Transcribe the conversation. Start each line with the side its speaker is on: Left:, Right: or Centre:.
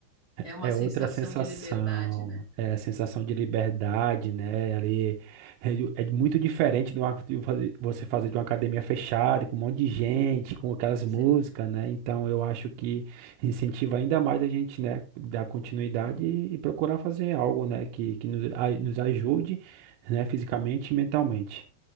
Left: É uma
Right: é
Left: sensação
Right: outra sensação,
Left: de liberdade, né?
Right: é a sensação de liberdade, né? Ali é, de- é muito diferente do ato de fazer- você fazer de uma academia fechada, com um monte de gente, com aquelas músicas,
Left: Sem
Right: né? Então, eu acho que incentiva ainda mais a gente, né, dar continuidade e, e procurar fazer algo, né, que, que nos, a- nos ajude, né, fisicamente e mentalmente.